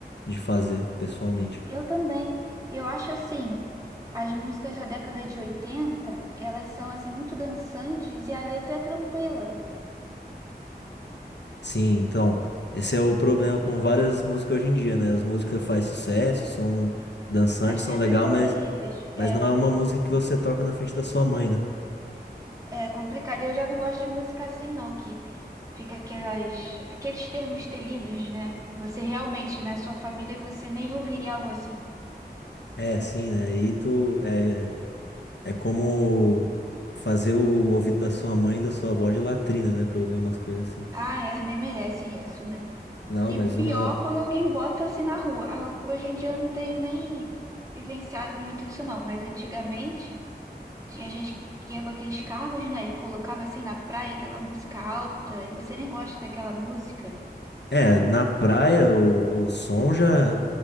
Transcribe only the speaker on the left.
de fazer, pessoalmente.
Sim, então, esse é o problema com várias músicas hoje em dia, né? As músicas fazem sucesso, são dançantes,
são
legal,
mas,
mas
não é uma música que você toca na frente da sua mãe, né?
É, sim, né? E tu, é, É como fazer o, o ouvido da sua mãe e da sua avó de latrina, né? Pra ouvir umas coisas assim.
Não,
mas
uma.
É, na praia o, o som já